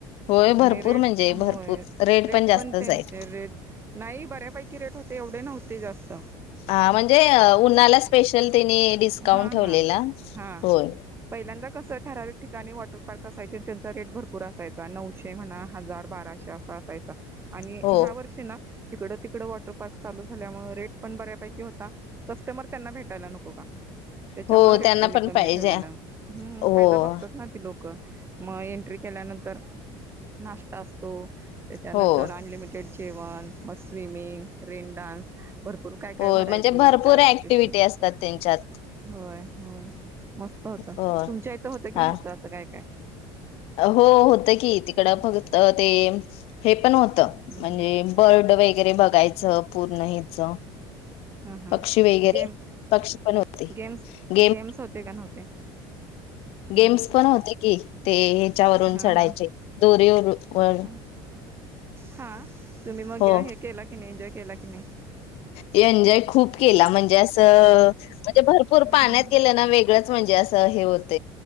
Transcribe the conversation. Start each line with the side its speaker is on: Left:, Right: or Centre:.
Left: होय भरपूर
Right: आणि रेट
Left: म्हणजे
Right: होय
Left: भरपूर
Right: रेट
Left: जास्तच
Right: पण त्यांचे
Left: आहेत.
Right: रेट. नाही बऱ्यापैकी रेट होते एवढे नव्हते जास्त
Left: हा म्हणजे उन्हाला स्पेशल त्यानी डिस्काउंट
Right: हा
Left: ठेवलेला
Right: हा हा
Left: होय.
Right: पहिल्यांदा कसं ठराविक ठिकाणी वॉटर पार्क असायचे त्यांचा रेट भरपूर असायचा नऊशे म्हणा हजार बाराशे अस. असायचा आणि
Left: हो
Right: ह्या वर्षी ना तिकडं तिकडं वॉटर पार्क चालू झाल्यामुळ रेट पण बऱ्यापैकी होता. कस्टमर त्यांना भेटायला नको का? त्याच्यामुळे
Left: हो
Right: रेट
Left: त्यांना
Right: त्यांनी
Left: पण
Right: कमी
Left: पाहिजे
Right: ठेवलेला ह्
Left: हो.
Right: फायदा बघतात ना ते लोक मग एट्री केल्यानंतर नाष्टा असतो त्याच्यानंतर
Left: हो
Right: अनलिमिटेड अनलिमिटेड जेवण मग स्विमिंग रेन डान्स. भरपूर काय
Left: होय
Right: काय व्हरायटी
Left: म्हणजे भरपूर
Right: जादूचे शो
Left: <inaudible>
Right: होय होय मस्त होत
Left: हो
Right: तुमच्या इथं होतं की
Left: हा.
Right: नव्हतं अस काय काय?
Left: हो होत की तिकड फक्त ते हे पण होत
Right: हम्म
Left: म्हणजे
Right: हम्म
Left: बर्ड वगैरे बघायचं पूर्ण हेच.
Right: हा हा
Left: पक्षी वगैरे
Right: गेम
Left: पक्षी पण होते
Right: गेम्स
Left: गेम.
Right: गेम्स होते का नव्हते.
Left: गेम्स
Right: ह हा
Left: पण होते की, ते ह्याच्यावरून
Right: हा
Left: चढायचे,
Right: हा
Left: दोरीवर वर
Right: हा हा, तुम्ही मग
Left: हो
Right: हे केला की नाही, एन्जॉय केला की नाही?
Left: एन्जॉय खूप केला, म्हणजे असं, म्हणजे भरपूर
Right: ह
Left: पाण्यात
Right: हा हा
Left: गेलं ना वेगळं म्हणजे असं हे होत